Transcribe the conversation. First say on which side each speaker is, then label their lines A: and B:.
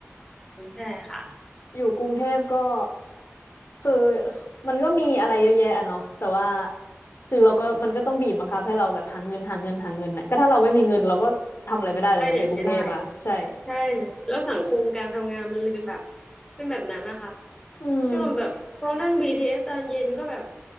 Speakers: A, on the left (about 15°); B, on the left (about 55°).
A: ใช่ค่ะ
B: อยู่กรุงเทพก็คือมันก็มีอะไรเยอะแยะอะเนาะแต่ว่าคือเราก็มันก็ต้องบีบบังคับให้เราแบบหาเงินหาเงินหาเงินน่ะก็ถ้าเราไม่มีเงินเราก็ทำอะไรไม่ได้เลยนะอยู่กรุงเทพอะใช่
A: ไปไหนไม่ได้ใช่แล้วสังคมการทำงานมันเลยเป็นแบบเป็นแบบนั้นนะคะ
B: อืม
A: ช่วงแบบพอนั่ง BTS ตอนเย็นก็แบบ